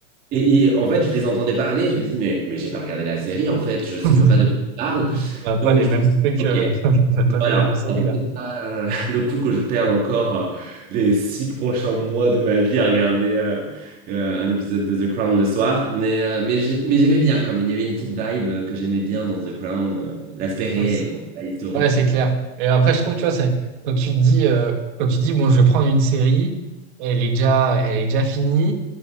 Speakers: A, on the right (about 25°); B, on the right (about 50°).
A: Et, et en fait, je les entendais parler, je me dis, mais, mais j'ai pas regardé la série, en fait, je sais
B: <laughs>
A: même pas de qui ils parlent.
B: Ouais. On n'a pas
A: Donc,
B: les
A: je
B: mêmes
A: me suis
B: trucs,
A: dit, ok,
B: euh, <laughs> on n'a pas vu
A: Voilà,
B: la même série
A: ça vaut peut-être pas euh, <laughs> le coup que je perde encore euh, les six prochains mois de ma vie à regarder euh, euh, un épisode de The Crown le soir, mais, euh, mais j'ai- mais j'aimais bien quand même. Il y avait une petite vibe euh, que j'aimais bien dans The Crown, euh, l'aspect réel,
B: là.
A: quoi, pas historique.
B: Ouais, c'est
A: euh.
B: clair. Et après, je trouve, tu vois, c'est quand tu te dis, euh, quand tu dis, bon, je vais prendre une série, elle est déjà, elle est déjà finie,